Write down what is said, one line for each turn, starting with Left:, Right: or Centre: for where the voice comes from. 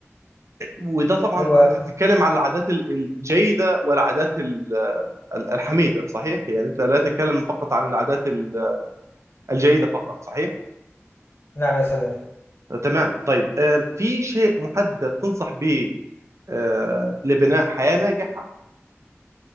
Right: وده طبعا
Left: أيوة
Right: انت تتكلم على العادات ال- الجيده والعادات ال- ال- الحميده صحيح يعني انت لا تتكلم فقط عن العادات ال- الجيده فقط صحيح
Left: نعم يا صديقي
Right: تمام طيب أم، في شيء محدد تنصح به أه، لبناء حياه ناجحه